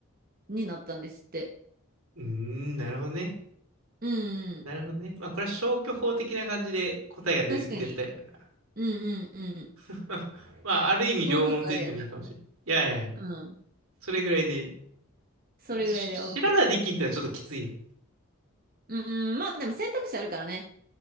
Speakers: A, on the right; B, on the right.
A: になったんですって。
B: うーん、なるほどね。
A: うんうん。
B: なるほどね。まあ、これは消去法的な感じで答えが出、
A: 確かに。
B: 出るタイプや
A: うんうんうん。
B: な。<laughs> まあ、ある意味両門と言ってもいいかもしれない。
A: もうちょっとあれやな。
B: いやいや、
A: うん。
B: それぐらいで。
A: それぐらいで
B: し知らないできんってのはちょっときついやん。
A: OK。うんうん。まあでも選択肢あるからね。